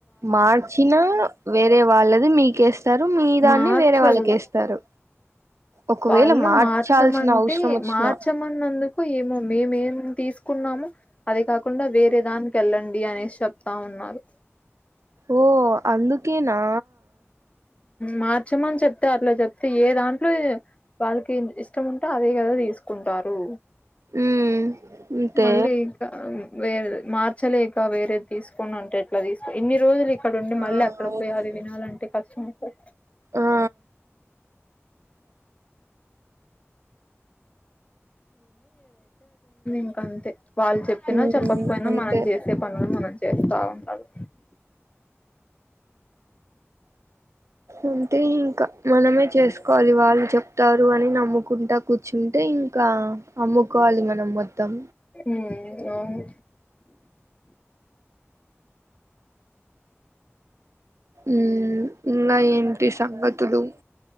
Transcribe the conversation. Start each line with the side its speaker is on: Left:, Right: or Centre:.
Right: మార్చినా వేరే వాళ్ళది మీకేస్తారు మీ దాన్ని
Left: మార్చరు
Right: వేరే వాళ్ళకేస్తారు ఒకవేళ
Left: వాళ్ళు
Right: మార్చాల్సిన
Left: మార్చమంటే
Right: అవసరం వచ్చిన
Left: మార్చమన్నందుకు ఏమో మేమేం తీసుకు కున్నాము అది కాకుండా వేరే దానికి వెళ్ళండి డి అనేసి చెప్తా ఉన్నారు
Right: ఓ అందుకేనా
Left: మార్చామని చెప్తే అట్లా చెప్తే ఏ దాంట్లో వాళ్ళకి ఇష్టం ఉంటే అదే కదా తీసుకుంటారు
Right: ఉమ్ అంతే
Left: మళ్ళీ ఇకా వేరే మార్చలేక వేరేది తీసుకోని ఉంటే ఎట్లా తీసుకో ఇన్ని రోజులు అక్కడ ఉండి
Right: ఆ
Left: మళ్ళీ అక్కడ
Right: అవును
Left: పోయి అది వినాలంటే కష్టం అ
Right: ఆ
Left: ఇంకా అంతే వాళ్ళు చెప్పినా
Right: ఉమ్
Left: చెప్పకపోయినా
Right: అంతే
Left: మనం చేసే పనులు మనం చేస్తా ఉండదు
Right: అంటే ఇంకా మనమే చేసుకోవాలి వాళ్ళు చెప్తారు అని నమ్ముకుంటా కూర్చుంటే ఇంకా అమ్ముకోవాలి మనం మొత్తం
Left: ఉమ్ అవును
Right: ఉమ్ ఇంకా ఏంటి సంగతులు